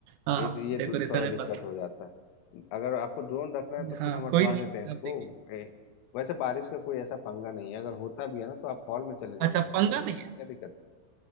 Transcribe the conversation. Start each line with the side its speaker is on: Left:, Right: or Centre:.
Right: हाँ हाँ,
Left: इस ये
Right: डेकोरेशन
Left: दु- थोड़ा
Right: में
Left: दिक्कत
Right: फंस
Left: हो जाता है अगर आपको ड्रोन
Right: सकते
Left: रखना है तो
Right: हैं।
Left: फिर
Right: हाँ
Left: हम हटवा
Right: कोई नहीं
Left: देते हैं इसको
Right: आप देखिए
Left: ए, वैसे बारिश का कोई ऐसा पंगा नहीं है अगर होता भी है ना तो आप हॉल में चले जाना
Right: अच्छा
Left: उतने
Right: पंगा
Left: देर के
Right: नहीं
Left: लिए
Right: है
Left: क्या दिक्कत